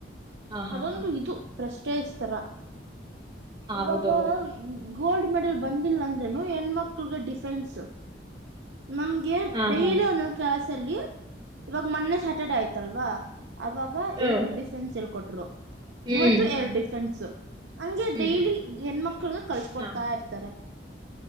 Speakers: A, on the right; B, on the right.
A: ಹಾ ಹಾ
B: ಅದೊಂದು
A: ಹಾ
B: ಇದು ಪ್ರಸ್ಟೇಜ್ ತರ ಇವಾಗ.
A: ಹೌದೌದು
B: ಗೋಲ್ಡ್ ಮೆಡಲ್ ಬಂದಿಲ್ಲ ಅಂದ್ರೆನು ಹೆಣ ಮಕ್ಳಗ ಡಿಫೆನ್ಸ್ ನಮ್ಗೆ
A: ಹಾ
B: ಡೈಲಿ
A: ಹಾ
B: ಒಂದೊದ ಕೆಲಸಲ್ಲಿ ಇವಾಗ ಮೊನ್ನೆ ಸ್ಯಾಟರ್ಡೆ ಆಯ್ತಲ್ವಾ ಅವಾಗ ಆಗ
A: ಹ್ಮ್
B: ಎರಡು ಡಿಫೆನ್ಸ್ ಎಳ್ಕೊಟ್ರು
A: ಹ್ಮ್
B: ಇವತ್ತು ಎರಡು ಡಿಫೆನ್ಸ್ ಹಂಗೆ
A: ಹ್ಮ್
B: ಡೈಲಿ ಹೆಣ್ಮಕ್ಳ ಕಳ್ಸಕೊಡ್ತಾ
A: ಹಾ
B: ಇರ್ತ ತಾರೇ